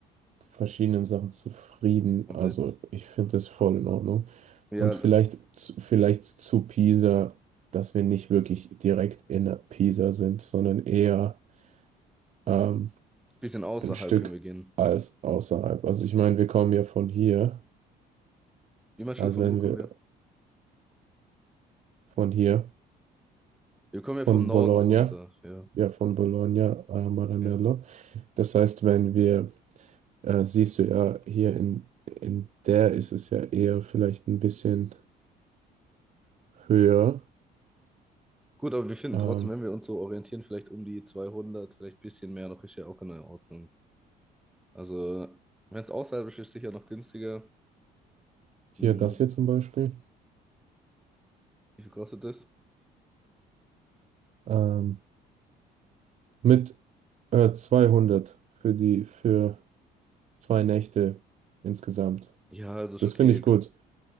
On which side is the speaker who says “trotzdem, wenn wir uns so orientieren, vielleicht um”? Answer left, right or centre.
Centre